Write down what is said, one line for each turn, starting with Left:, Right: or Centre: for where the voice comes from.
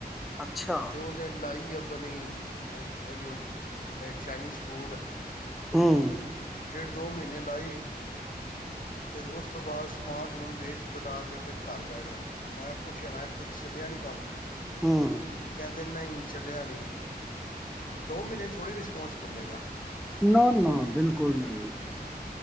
Centre: ਅੱਛਾ
Left: ਤੇ ਉਹਨੇ ਲਾਈ <unintelligible> ਚਾਈਨੀਜ਼ ਫੂਡ
Centre: ਹੂੰ
Left: ਡੇਢ ਦੋ ਮਹੀਨੇ ਲਾਈ ਅਤੇ ਉਸ ਉਸ ਤੋਂ ਬਾਅਦ ਸਮਾਨ ਹੁਣ ਵੇਚ ਵਟਾ ਕੇ ਫਿਰ ਘਰ ਬਹਿ ਗਿਆ ਮੈਂ ਕਿਹਾ ਪੁੱਛਿਆ ਮੈਂ ਕਿਹਾ ਕਿ ਚੱਲਿਆ ਨੀ ਕੰਮ
Centre: ਹਮ
Left: ਦਿ ਨਹੀਂ ਚੱਲਿਆ ਨਹੀਂ ਦੋ ਮਹੀਨੇ ਥੋੜ੍ਹੀ ਰਿਸਪੋਂਸ ਮਿਲੇਗਾ
Centre: ਨਾ ਨਾ ਬਿਲਕੁਲ ਨਹੀਂ